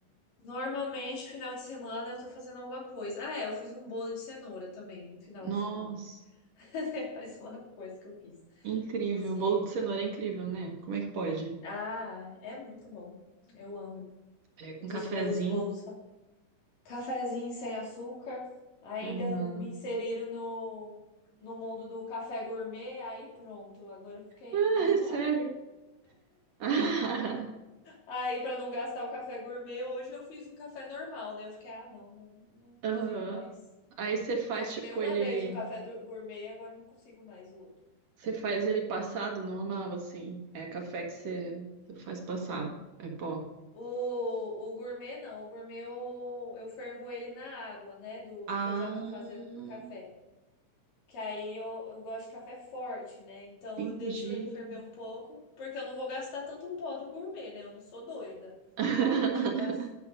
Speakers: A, on the left; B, on the right.
A: Normalmente, final de semana eu tô fazendo alguma coisa. Ah, é, eu fiz um bolo de cenoura também no final
B: Nossa,
A: de semana. <laughs> Mais uma coisa que eu fiz.
B: incrível.
A: Eu cozinhei.
B: Bolo de cenoura é incrível, né? Como é que pode?
A: Ah, é muito bom. Eu amo.
B: É, com
A: Um dos
B: cafezinho.
A: meus bolos. fa- Cafezinho sem açúcar. Ainda
B: Aham.
A: me inseriram
B: <laughs>
A: no, no mundo do café gourmet. Aí pronto, agora eu fiquei
B: Ah,
A: enjoada.
B: é sério? <laughs>
A: Aí, pra não gastar o café gourmet, hoje eu fiz o café normal, né? Eu fiquei, ah, não, não, não consigo
B: Aham.
A: mais.
B: Aí você faz,
A: Tomei
B: tipo,
A: uma
B: ele.
A: vez o café do- gourmet, agora não consigo mais o outro.
B: Você faz ele passado normal, assim. É café que você, você faz passado. É pó.
A: O, o gourmet, não. O gourmet eu, eu fervo ele na água, né? Do
B: Ah,
A: que eu já tô fazendo pro café. Que aí eu, eu gosto de café forte, né? Então
B: entendi.
A: eu deixo ele ferver um pouco, porque eu não vou gastar tanto pó do gourmet, né? Eu não sou doida
B: <laughs>
A: de gastar